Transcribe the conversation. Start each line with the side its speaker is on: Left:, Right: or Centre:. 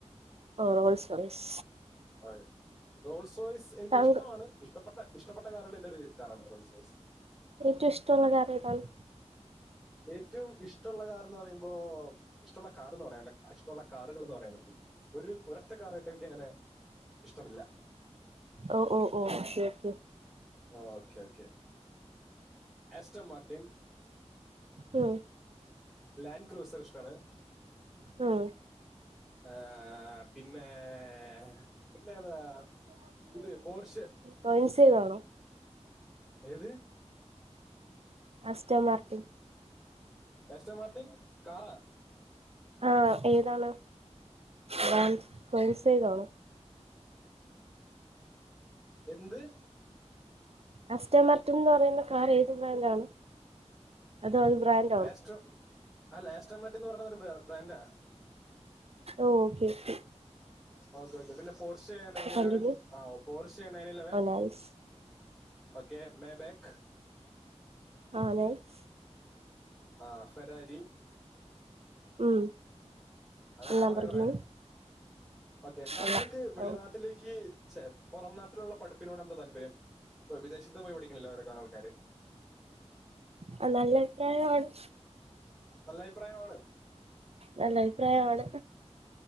Right: ഓ റോൾസ് റോയിസ്.
Centre: ആ റോൾസോയിസ് എനിക്കിഷ്ടമാണ്.
Right: താങ്കൾ
Centre: ടപ്പെട്ടെ ഇഷ്ടപ്പെട്ടെ കാറേളിൽ ഒര് കാറാണ് റോൾസ് റോയ്സ്.
Right: ഏറ്റവുഷ്ടള്ള കറ്യേതാണ്?
Centre: ഏറ്റവും ഇഷ്ടള്ള കാറ്ന്ന് പറയുമ്പോ ഇഷ്ടള്ള കാറ്ന്ന് പറയാല്ല. ഇഷ്ടള്ള കാറുകൾ എന്ന് പറയാൻ പറ്റുള്ളൂ. ഒരു ഒരൊറ്റക്കാറായിട്ട് എനിക്കങ്ങനെ ഇഷ്ടമില്ല
Right: ഓ ഓ ഓ ശർട്ട
Centre: ഓക്കെ ഓക്കെ ആസ്റ്റ മാർട്ടൻ
Right: ഉം
Centre: ലാൻ ക്രൂസർഷ്ടാണ്.
Right: ആഹ
Centre: ഏഹേ പിന്നെ ഏഹേ പിന്നേതാ ഇത് പോർഷ്യ
Right: വൺസേവാണോ.
Centre: ഏത്?
Right: മാസ്റ്റർ മാർട്ടിംഗ
Centre: എസ്റ്റേ മർട്ടിൻ കാറോ
Right: ആ ഏതാണ് ബൻ കോയിൻസ് ഏതണോ
Centre: എന്ത്?
Right: അസ്റ്റമർട്ടൻ എന്ന് പറയുന്ന കാർ ഏത് ബ്രാൻഡാണ്. അതോ <unintelligible>
Centre: ലാസ്ടോ ആഹാ ലേസ്റ്റോമാറ്റ്ന്ന് പറഞ്ഞൊരു ബ്രാൻഡാ
Right: ഓക്കെ ക്കെ
Centre: ഓക്കെ ഓക്കെ പിന്നെ പോർഷ നൈൻ ഇലവൻ
Right: കണ്ടിന്യൂ
Centre: ആ പോർഷ നൈൻ ഇലവൻ
Right: ഓ നൈസ്
Centre: ഓക്കെ മേ ബെക്
Right: ആ നൈസ്
Centre: ആ ഫരാരി
Right: ഉം
Centre: അങ്ങനെ
Right: ലാംബോർഗിനി
Centre: കൊറെ കൊറെ ഓക്കെ താങ്കൾക്ക്
Right: കൊള്ളാം
Centre: വെളിനാട്ടിലേക്ക്
Right: ഓ
Centre: ഛെ പുറം നാട്ടിലുള്ള പഠിപ്പിനോട് എന്താ താല്പര്യം വിദേശത്ത് പോയി പഠിക്കുന്നില്ലോഓരോല ആൾക്കാര്
Right: ആഹ് നല്ലഭിപ്രായാണ്.
Centre: നല്ലഭിപ്രായമാണ്
Right: നല്ലഭിപ്രായമാണ്